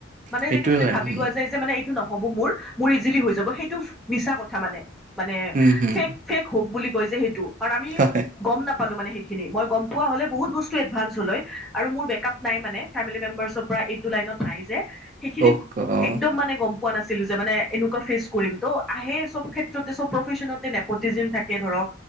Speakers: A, in the centre; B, on the right.
A: মানে
B: সেইটোৱে
A: এনেকে যদি
B: হয়,
A: ভাবি
B: উম।
A: লোৱা যায় যে মানে এইটো নহ'ব মোৰ, মোৰ ইজিলি হৈ যাব সেইটো মিছা কথা মানে। মানে
B: উম, হুম।
A: ফেক ফেক হ'প বুলি কয় যে সেইটো। কাৰণ আমি
B: হয়,
A: গ'ম নাপালো মানে সেইখিনি, মই গ'ম পোৱা হ'লে বহুত বস্তু এডভানস হ'ল হয়। আৰু মোৰ বেকাপ নাই মানে, ফেমিলি মেম্বাৰ্চৰ পৰা এইটো লাইনত নাই যে। সেইখিনি
B: অক অ',
A: একদম মানে গ'ম পোৱা নাছিলো যে, মানে এনেকুৱ ফেচ কৰিম। ত' আহে চব ক্ষেত্ৰতে প্ৰফেচনত নেপতিজিম থা এতিয়া ধৰক,